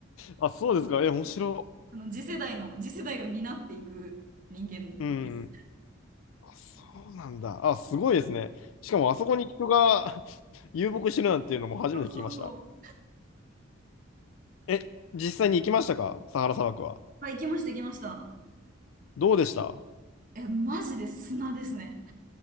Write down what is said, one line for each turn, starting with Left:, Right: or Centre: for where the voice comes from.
Left: あ、そうですか。え、面白。
Right: そうあの、次世代の、次世代を担っていく人間です。
Left: うん。あそうなんだ。あ、すごいですね。しかもあそこに人が <laughs> 遊牧してるなんていうのも初めて聞きました。
Right: そうそうそう。
Left: え、実際に行きましたかサハラ砂漠は。
Right: はい、行きました、行きました。
Left: どうでした
Right: え、マジで砂ですね。